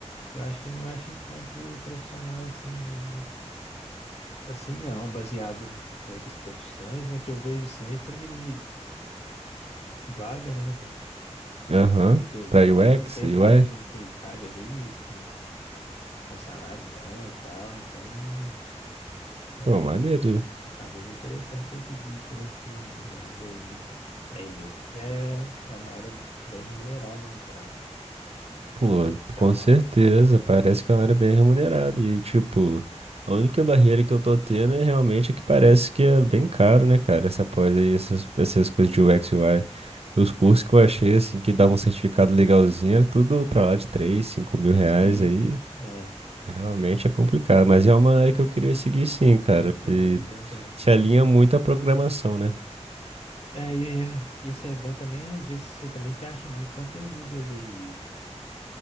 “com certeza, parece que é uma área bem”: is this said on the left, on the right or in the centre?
Right